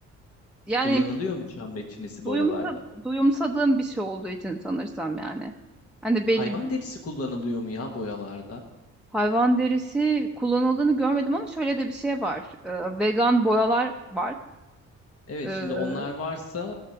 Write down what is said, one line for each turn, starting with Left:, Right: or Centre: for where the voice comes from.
Centre: yani
Left: Kullanılıyor mu çam reçinesi
Centre: duyumsa,
Left: boyalarda?
Centre: duyumsadığım bir şey olduğu için sanırsam yani. Hani belli
Left: Hayvan derisi kullanılıyor mu ya boyalarda?
Centre: Hayvan derisi kullanıldığını görmedim ama şöyle de bir şey var. Ee, vegan boyalar var.
Left: Evet
Centre: Ee,
Left: şimdi onlar varsa